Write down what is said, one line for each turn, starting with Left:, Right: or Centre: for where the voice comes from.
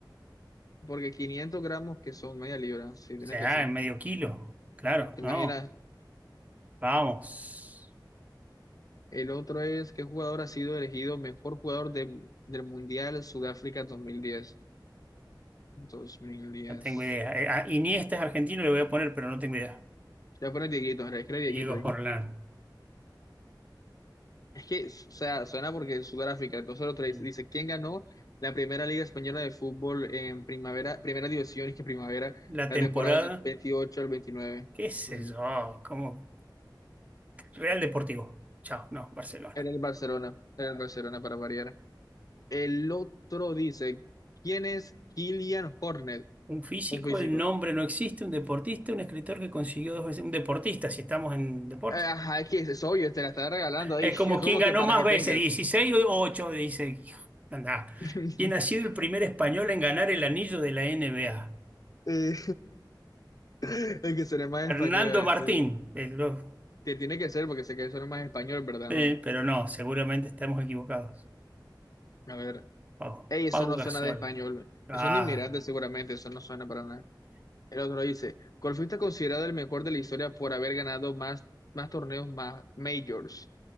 Left: Porque 500 gramos, que son media libra, sí,
Right: O
Left: tiene
Right: sea,
Left: que ser.
Right: en medio kilo. Claro,
Left: Imagina,
Right: no. Vamos.
Left: el otro es qué jugador ha sido elegido mejor jugador de- del Mundial Sudáfrica dos dos mil diez dos mil diez
Right: No tengo idea. Eh, a Iniesta es argentino, le voy a poner, pero no tengo idea.
Left: Ya pone Dieguito, en realidad, escribe Dieguito
Right: Diego
Left: ahí.
Right: Forlán.
Left: Es que, o sea, suena porque es Sudáfrica, entonces el otro
Right: Sí.
Left: dice, dice, ¿quién ganó la primera Liga Española de Fútbol en primavera, primera división, es que primavera,
Right: La
Left: la
Right: temporada,
Left: temporada del veintiocho al veintinueve
Right: qué sé
Left: Mm.
Right: yo, ¿cómo? Real Deportivo. Chao, no, Barcelona.
Left: En el Barcelona, en el Barcelona para variar. El otro dice, ¿quién es Killian Hornet?
Right: Un físico,
Left: Un físico.
Right: el nombre no existe, un deportista, un escritor que consiguió dos veces, un deportista, si estamos en deporte.
Left: Eh, Ajá, es que es obvio, te la está regalando ahí.
Right: Es como
Left: <laughs> Es como
Right: quien ganó
Left: que para
Right: más
Left: que
Right: veces,
Left: tengas.
Right: Dieciséis o ocho. dice. hijo, Andá.
Left: <laughs>
Right: ¿Quién ha sido el primer español en ganar el anillo de la NBA?
Left: Eh, <laughs> el que suene más
Right: Fernando
Left: español es,
Right: Martín.
Left: eh,
Right: Eh, lo-
Left: Que tiene que ser porque sé que suena más español, ¿verdad?
Right: eh,
Left: No.
Right: pero no, seguramente estamos equivocados.
Left: A ver.
Right: Pau,
Left: Ey, eso
Right: Pau
Left: no
Right: Gasol.
Left: suena de español.
Right: Ah,
Left: Es un inmigrante seguramente, eso no suena para nada. El otro dice, ¿cuál fuiste considerado el mejor de la historia por haber ganado más, más torneos, más majors?